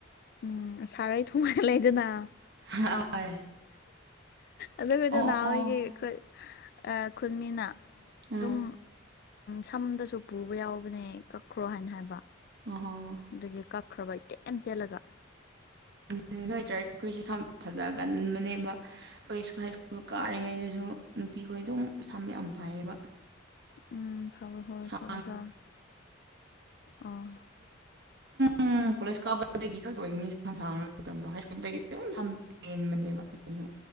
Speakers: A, on the left; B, on the right.
A: ꯎꯝ ꯁꯥꯔꯩ ꯊꯣꯡꯒꯜꯂꯦꯗꯅ
B: <unintelligible>
A: ꯑꯗꯨꯒꯤꯗꯣ
B: ꯑꯣ ꯑꯣ
A: ꯅꯥꯕꯒꯤ
B: ꯑꯣ
A: ꯑꯩꯈꯣꯏ ꯈꯨꯟꯃꯤꯅ ꯑꯗꯨꯝ
B: ꯎꯝ
A: ꯁꯝꯗꯁꯨ ꯄꯨꯕ ꯌꯥꯎꯕꯅꯦ ꯀꯛꯈ꯭ꯔꯣ ꯍꯥꯏꯅ ꯍꯥꯏꯕ
B: ꯑꯣꯍꯣ
A: ꯑꯗꯨꯒꯤ ꯀꯛꯈ꯭ꯔꯕ ꯏꯇꯦꯟ ꯇꯦꯜꯂꯒ
B: ꯑꯗꯨꯅꯦ ꯑꯣꯏ ꯇꯔꯥꯏꯞ ꯈꯣꯏꯁꯦ ꯁꯝ ꯐꯖꯒꯟꯕꯅꯦꯕ ꯑꯩꯈꯣꯏꯁꯨ ꯍꯥꯏ ꯁ꯭ꯀꯨꯜ ꯀꯥꯔꯤꯉꯩꯗꯁꯨ ꯅꯨꯄꯤꯈꯣꯏ ꯑꯗꯨꯝ ꯁꯝ ꯌꯥꯝ ꯐꯩꯌꯦꯕ
A: ꯎꯝ ꯐꯕ ꯍꯣꯏ
B: <unintelligible>
A: ꯐꯕꯁꯨ ꯌꯥꯎꯋꯦ ꯑꯥ
B: ꯎꯝ ꯀꯣꯂꯦꯖ ꯀꯥꯕꯗꯒꯤ ꯈꯛꯇ ꯑꯣꯏꯒꯅꯤ ꯁꯝ ꯁꯡꯕꯗꯣ ꯍꯥꯏ ꯁ꯭ꯀꯨꯜꯗꯒꯤ ꯇꯦꯟꯕꯅꯦꯕ ꯑꯩꯁꯨ